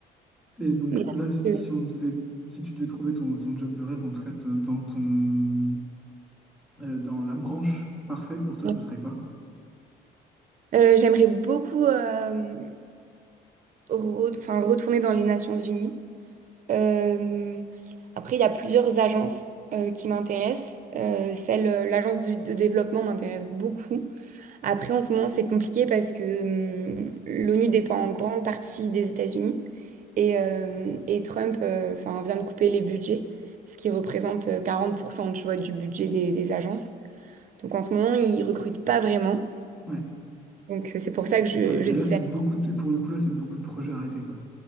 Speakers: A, in the centre; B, on the right (about 50°).
A: Et donc
B: mais
A: là, s-
B: c'est
A: si on devait, si tu devais trouver ton, ton job de rêve, en tout cas ton- dans ton, euh, dans la branche parfaite pour toi,
B: ouais.
A: ce serait quoi?
B: Euh, j'aimerais beaucoup euh, re- enfin, retourner dans les Nations Unies. Euh, après, il y a plusieurs agences euh, qui m'intéressent. Euh, celle, euh, l'agence du- de, développement m'intéresse beaucoup. Après, en ce moment, c'est compliqué parce que hum, l'ONU dépend en grande partie des États-Unis et, euh, et Trump euh, enfin, vient de couper les budgets, ce qui représente euh, 40% tu vois, du budget des, des agences. Donc en ce moment, ils recrutent pas vraiment.
A: Ouais.
B: Donc euh, c'est pour ça que je,
A: Ouais.
B: je
A: Et
B: diversifie.
A: là, c'est beaucoup de, et pour le coup, là, c'est beaucoup de projets arrêtés, quoi.